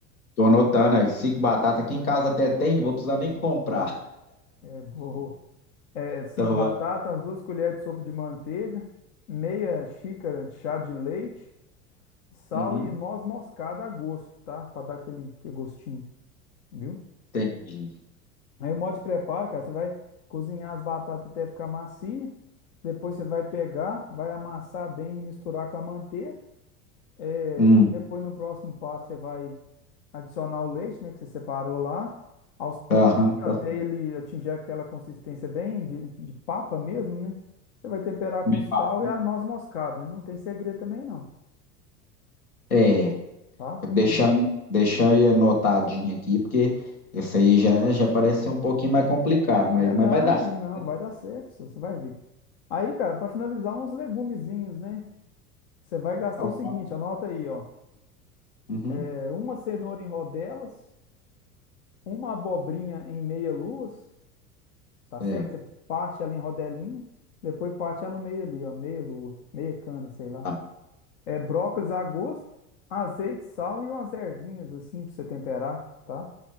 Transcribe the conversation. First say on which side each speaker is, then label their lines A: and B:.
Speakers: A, on the left; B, on the left.
A: Tô anotando aí. Cinco batatas. Aqui em casa até tem, não vou precisar nem
B: É.
A: comprar.
B: Isso. É boa. É, cinco
A: Tá bom.
B: batatas, umas duas colheres de sopa de manteiga, meia xícara de chá de leite, sal
A: Uhum.
B: e noz moscada a gosto, tá? Pra dar aquele, aquele gostinho. viu?
A: Entendi.
B: Aí o modo de preparo, cara, você vai cozinhar as batatas até ficar macia, depois você vai pegar, vai amassar bem e misturar com a manteiga. É,
A: Hum.
B: depois no próximo passo você vai adicionar o leite, né, que você separou lá, aos pouquinhos
A: Aham,
B: até
A: tá certo.
B: ele atingir aquela consistência bem de, de papa mesmo, né? Você vai temperar
A: Meio
B: com sal
A: papo.
B: e a noz moscada. Não tem segredo também não,
A: É,
B: tá?
A: deixando, deixar aí anotadinho aqui, porque esse aí já, já parece ser um pouquinho mais complicado, mas,
B: Não, é
A: mas
B: não,
A: vai dar
B: não,
A: certo.
B: não,
A: Vai dar.
B: vai dar certo, só, você vai ver. Aí, cara, para finalizar uns legumezinhos, né? Você vai gastar
A: Alfa.
B: o seguinte, anota aí, ó.
A: Uhum.
B: É, uma cenoura em rodelas, uma abobrinha em meia-luas, tá certo?
A: É.
B: Você parte ela em rodelinha, depois parte ela no meio ali, ó, meia-lua, meia cana, sei lá.
A: Tá.
B: É brócolis a gosto, azeite, sal e umas ervinhas assim pra você temperar, tá?